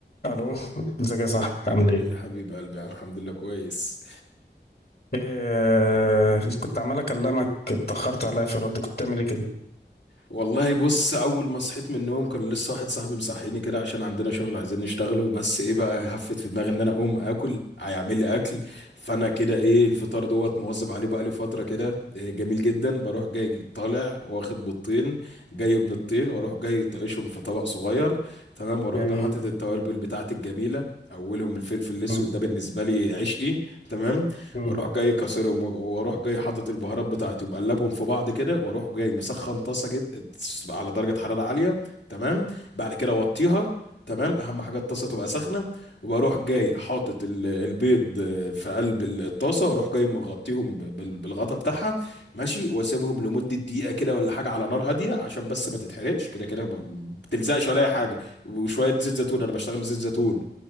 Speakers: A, on the left; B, on the left.
A: الو ازيك يا صاحبي عامل
B: ايه
A: ايه؟
B: يا حبيب قلبي انا الحمد لله كويس
A: إيه كنت عمال اكلمك اتاخرت عليا في الرد كنت بتعمل ايه كده؟
B: والله بص اول ما صحيت من النوم كان لسه واحد صاحبي مصحيني كده عشان عندنا شغل عايزين نشتغله بس ايه بقى هفت في دماغي ان انا اقوم اكل هيعمل لي اكل فانا كده ايه الفطار دوت مواظب عليه بقى لي فتره كده إيه جميل جدا بروح جاي طالع واخد بيضتين جايب بيضتين واروح جاي طايشهم في طبق صغير تمام واروح
A: جميل
B: جاي حاطط التوابل بتاعتي الجميله اولهم الفلفل الاسود
A: مم،
B: ده بالنسبه لي عشقي تمام
A: مم،
B: اروح جاي كسرهم واروح جاي حاطط البهارات بتاعتي ومقلبهم في بعض كده واروح جاي مسخن طاسه جد على درجه حراره عاليه تمام بعد كده اوطيها تمام اهم حاجه الطاسه تبقى سخنه وبروح جاي حاطط ال- البيض آه، في قلب ال- الطاسه واروح جاي مغطيهم ب- بال- بالغطا بتاعها ماشي واسيبهم لمده دقيقه كده ولا حاجه على نار هاديه عشان بس ما تتحرقش كده كده ما ما بتلزقش ولا اي حاجه وشويه زيت زيتون انا بشتغل بزيت زيتون